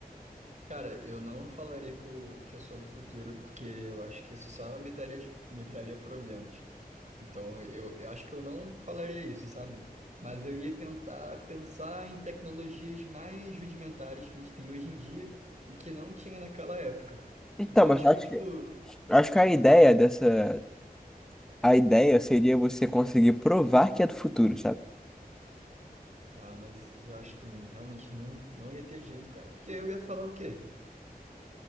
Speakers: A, on the right; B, in the centre.
A: Cara, eu não falaria que eu, que eu sou do futuro, porque eu acho que isso só me traria, me traria problemas. Então, eu, eu acho que eu não falaria isso, sabe? Mas eu ia tentar pensar em tecnologias mais rudimentares que a gente tem hoje em dia e que não tinha naquela época.
B: Então,
A: Então,
B: mas
A: acho
B: eu
A: que
B: acho
A: eu, tipo,
B: que, eu acho que a ideia dessa, a ideia seria você conseguir provar que é do futuro, sabe?
A: ah, mas eu acho que realmente não, não ia ter jeito, cara. Porque eu ia falar o quê?